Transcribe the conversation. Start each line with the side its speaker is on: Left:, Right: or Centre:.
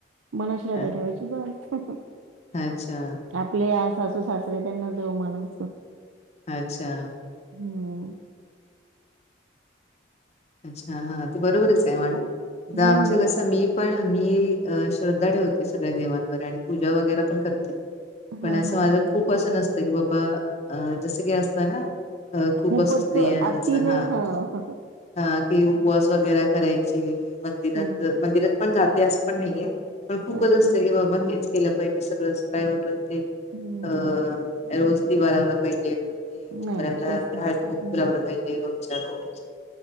Right: मना श्राद्ध
Left: अ,
Right: ठेवायची बस.
Left: अच्छा!
Right: आपले सासू सासरे त्यांना देऊ मानां.
Left: अच्छा!
Right: हम्म
Left: अच्छा हा ते बरोबरच आहे म्हड
Right: हम्म
Left: आमचं कस मी पण मी अ श्रद्धा ठेवते सगळ्या देवांवर आणि पूजा वगैरे पण करते. पण
Right: हा
Left: असं
Right: हा
Left: माझं
Right: हा
Left: खूप असं नसतं की बाबा अ जसं काही असतं ना. अ खूप
Right: खूपच
Left: असं स्त्रियांच
Right: अति नाही
Left: हा-
Right: हा.
Left: हा कि उपवास
Right: हम्म
Left: वगैरे करायचे मंदिरात
Right: हम्म हम्म.
Left: मंदिरात पण जाते असं पण नाहीये. पण खूपच
Right: अच्छा
Left: असत
Right: अच्छा
Left: की बाबा हेच केलं पाहिजे सगळं काय एवढं पण ते
Right: हम्म
Left: अ रोज दिवा लावला पाहिजे. परत ते उंबऱ्याला
Right: नाही नाही तस
Left: ते
Right: नाही
Left: हळदीकुंकू
Right: हम्म.
Left: लावल पाहिजे रोजच्या रोज